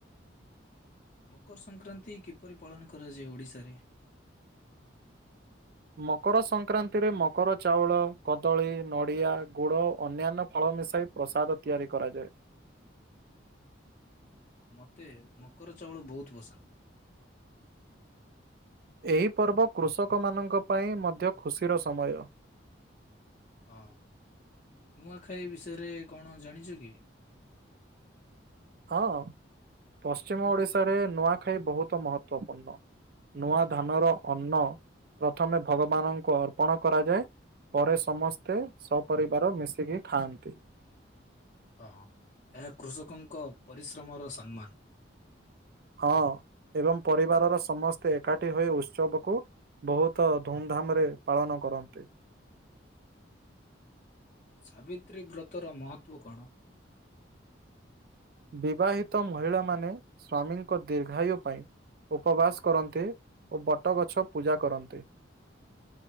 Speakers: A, on the left; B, on the right.
A: ମକର ସଂକ୍ରାନ୍ତି କିପରି ପାଳନ କରାଯାଏ ଓଡ଼ିଶାରେ?
B: ମକର ସଂକ୍ରାନ୍ତିରେ ମକର ଚାଉଳ କଦଳୀ ନଡ଼ିଆ ଗୁଡ଼ ଅନ୍ୟାନ୍ୟ ଫଳ ମିଶାଇ ପ୍ରସାଦ ତିଆରି କରାଯାଏ।
A: ମତେ ମକର ଚାଉଳ ବହୁତ୍ ପସନ୍ଦ।
B: ଏହି ପର୍ବ କୃଷକମାନଙ୍କ ପାଇଁ ମଧ୍ୟ ଖୁସିର ସମୟ।
A: ହଁ ନୂଆଖାଇ ବିଷୟରେ କଣ ଜାଣିଛ କି?
B: ହଁ ପଶ୍ଚିମ ଓଡିଶାରେ ନୂଆଖାଇ ବହୁତ୍ ମହତ୍ଵପୂର୍ଣ୍ଣ। ନୂଆ ଧନର ଅନ୍ନ ପ୍ରଥମେ ଭଗବାନଙ୍କୁ ଅର୍ପଣ କରାଯାଏ। ପରେ ସମସ୍ତେ ସପରିବାର ମିଶିକି ଖାଆନ୍ତି।
A: ହଁ ହଁ ଏହା କୃଷକଙ୍କ ପରିଶ୍ରମର ସମ୍ମାନ।
B: ହଁ ଏବଂ ପରିବାରର ସମସ୍ତେ ଏକାଠି ହୋଇ ଉତ୍ସବକୁ ବହୁତ ଧୁମଧାମ ରେ ପାଳନ କରନ୍ତି।
A: ସାବିତ୍ରୀ ବ୍ରତର ମହତ୍ବ କଣ?
B: ବିବାହିତ ମହିଳାମାନେ ସ୍ଵାମୀ ଏକ ଦୀର୍ଘାୟୁ ପାଇଁ ଉପବାସ କରନ୍ତି ଓ ବଟଗଛ ପୂଜା କରନ୍ତି।